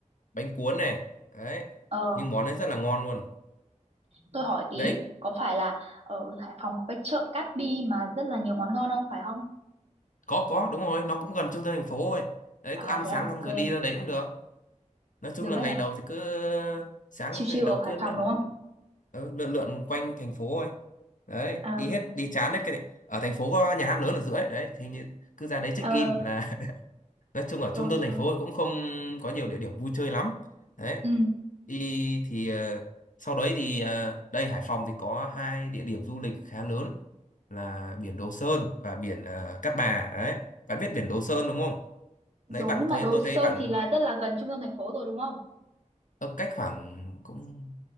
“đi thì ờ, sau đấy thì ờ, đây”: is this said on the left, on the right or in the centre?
Left